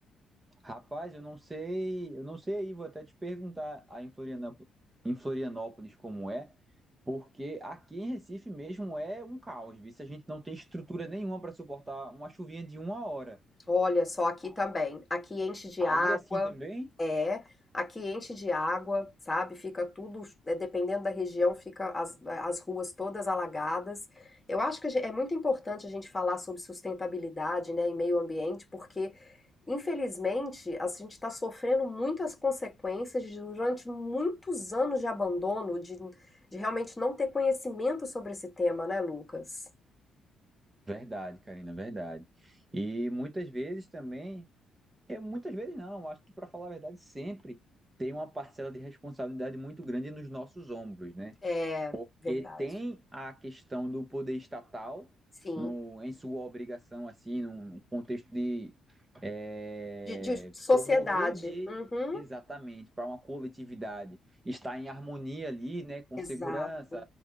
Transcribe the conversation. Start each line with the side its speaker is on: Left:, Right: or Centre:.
Right: Rapaz, eu não sei, eu não sei aí, vou até te perguntar aí em Florianópolis, em Florianópolis como é. Porque aqui em Recife mesmo é um caos, viu? Se a gente não tem estrutura nenhuma para suportar uma chuvinha de uma hora.
Left: Olha só, aqui também. Aqui enche de
Right: Aí
Left: água,
Right: é assim também.
Left: é. Aqui enche de água, sabe? Fica tudo, é, dependendo da região, fica as, as ruas todas alagadas. Eu acho que a gen- é muito importante a gente falar sobre sustentabilidade, né, e meio ambiente, porque, infelizmente, a gente está sofrendo muitas consequências de, durante muitos anos de abandono, de, de realmente não ter conhecimento sobre esse tema, né, Lucas?
Right: Verdade, Karina, verdade. E muitas vezes também, é, muitas vezes não, acho que para falar a verdade, sempre tem uma parcela de responsabilidade muito grande nos nossos ombros, né?
Left: É
Right: Porque
Left: verdade.
Right: tem a questão do poder estatal
Left: Sim.
Right: no, em sua obrigação, assim, num contexto de é,
Left: De, de sociedade.
Right: promover meio
Left: Uhum.
Right: exatamente para uma coletividade estar em harmonia ali, né, com
Left: Exato.
Right: segurança,